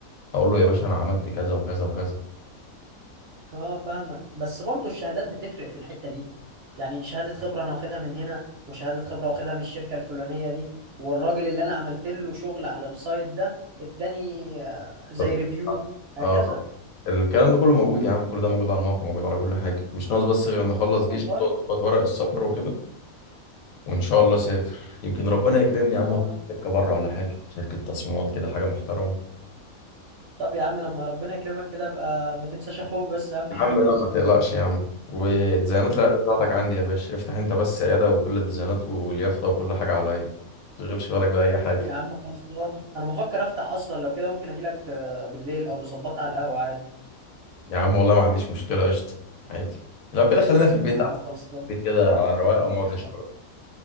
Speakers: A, on the left (about 70°); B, on the right (about 60°).
A: اقول له يا باشا انا عملت كذا وكذا وكذا
B: اه فاهمك بس برضو الشهادات بتفرق في الحتة دي يعني شهادة خبرة انا واخدها من هنا وشهادة خبرة واخدها من الشركة الفلانية دي والراجل اللي انا عملت له شغل على السايت ده اداني آه، زي
A: طب
B: ريفيو هكذا
A: اه الكلام ده كله موجود يا عم كل ده موجود على الموقع موجود على كل حاجه مش ناقص بس غير ان اخلص
B: والله
A: جيش وتقعد تظبط ورق السفر وكده وان شاء الله سافر يمكن ربنا يكرمني يا
B: اه
A: عم في شركه بره ولا حاجه شركه تصميمات كده حاجه محترمه
B: طب يا عم لما ربنا يكرمك كده بقى ما تنساش اخوك بس اهم
A: يا
B: حاجة
A: عم لا ما تقلقش يا عم والديزاينات العياده بتاعتك عندي يا باشا افتح انت بس عياده وكل الديزاينات واليافطه وكل حاجه عليا ما تشغلش بالك باي حاجه
B: يا عم خلصانة انا بفكر افتح اصلا لو كده ممكن اجيلك آه، بالليل او نظبطها على القهوة عادي
A: يا عم والله ما عنديش مشكله قشطه عادي لو كده خلينا في
B: يا
A: البيت
B: عم
A: احسن
B: خلصانة
A: البيت كده على رواقه ونقعد
B: <laughs>
A: نشتغل